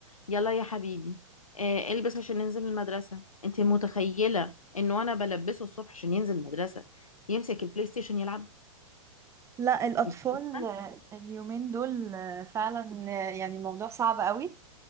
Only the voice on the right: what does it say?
لا الاطفال
آه، اليومين دول آه، فعلا آه، يعني الموضوع صعب قوي